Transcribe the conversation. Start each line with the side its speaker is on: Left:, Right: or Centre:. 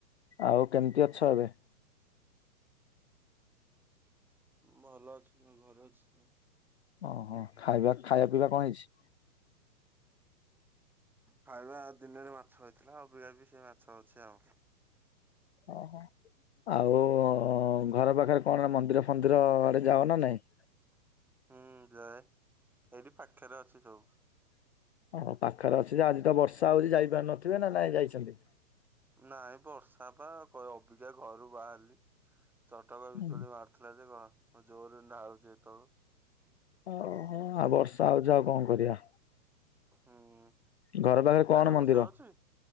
Left: ଆଉ କେମିତି ଅଛ ଏବେ?
Centre: ଭଲ ଅଛି, ମୋ ଘରେ ଅଛି।
Left: ଓହୋ ଖାଇବା, ଖାଇବା ପିଇବା କଣ ହେଇଛି?
Centre: ଖାଇବା ଦିନରେ ମାଛ ହେଇଥିଲା ଅବିକା ବି ସେ ମାଛ ଅଛି ଆଉ।
Left: ଓହୋ। ଆଉ ଘର ପାଖରେ କଣ ମନ୍ଦିର ଫନ୍ଦିର ଆଡେ ଯାଅ ନା ନାଇଁ?
Centre: ହୁଁ ଯାଏ। ଏଇଠି ପାଖରେ ଅଛି ସବୁ।
Left: ହଁ ପାଖରେ ଅଛି ଯେ ଆଜି ତ ବର୍ଷା ହଉଛି ଯାଇପାରୁ ନଥିବେ ନା ନାଇଁ ଯାଇଛନ୍ତି?
Centre: ନାଇଁ ବର୍ଷା ପା କ ଅବିକା ଘରୁ ବାହାରଲି। ଛଅଟା କୁ ବିଜୁଳି
Left: ହୁଁ।
Centre: ମାର ଥିଲା ଯେ କଣ <unintelligible> ଜୋରରେ ଢାଳୁଛି ହେତେବେଳୁ।
Left: ଓହ ଆଉ ବର୍ଷା ହଉଛି ଆଉ କଣ କରିବା?
Centre: ହୁଁ।
Left: ଘର ପାଖରେ
Centre: ଇଆଡେ
Left: କଣ
Centre: ବର୍ଷା
Left: ମନ୍ଦିର?
Centre: ହଉଛି